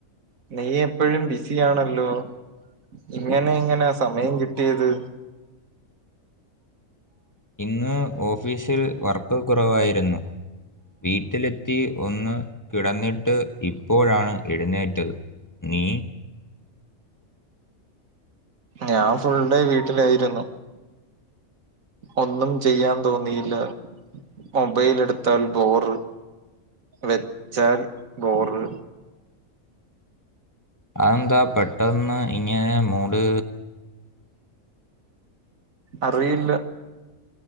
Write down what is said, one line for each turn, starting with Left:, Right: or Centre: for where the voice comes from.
Right: നീ എപ്പഴും ബിസി ആണല്ലോ ഇങ്ങനെ എങ്ങനെയ സമയം കിട്ടിയത്
Left: ഇന്ന് ഓഫീസിൽ വർക്ക് കുറവായിരുന്നു വീട്ടിലെത്തി ഒന്ന് കിടന്നിട്ട് ഇപ്പോഴാണ് എഴുന്നേറ്റത് നീ
Right: ഞാൻ ഫുൾ ഡേ വീട്ടിലായിരുന്നു ഒന്നും ചെയ്യാൻ തോന്നിയില്ല മൊബൈൽ എടുത്താൽ ബോറ് വെച്ചാൽ ബോറ്
Left: അതെന്താ പെട്ടന്ന് ഇങ്ങനെ മൂട്
Right: അറിയില്ല